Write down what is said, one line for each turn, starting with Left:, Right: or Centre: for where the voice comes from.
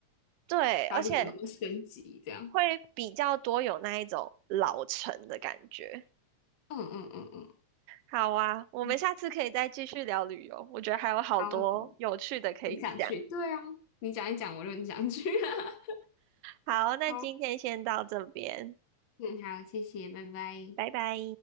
Right: 对，
Left: 把旅游都升级这样。
Right: 而且会比较多有那一种老城的感觉。
Left: 嗯嗯嗯嗯，
Right: 好啊，我们下次可以再继续聊旅游，
Left: 嗯
Right: 我觉得还有好多有趣的可以讲。
Left: 好，很想去。对啊，你讲一讲，我就很想去。<laughs>
Right: 好，那今天先到这边，
Left: 好，嗯，好，谢谢，拜拜。
Right: 拜拜。